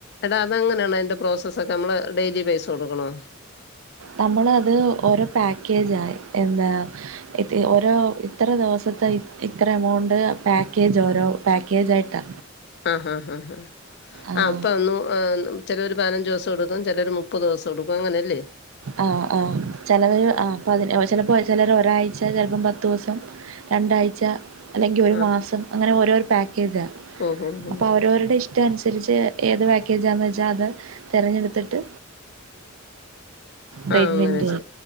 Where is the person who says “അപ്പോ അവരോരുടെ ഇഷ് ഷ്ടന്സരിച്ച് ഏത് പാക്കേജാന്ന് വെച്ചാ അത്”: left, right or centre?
Right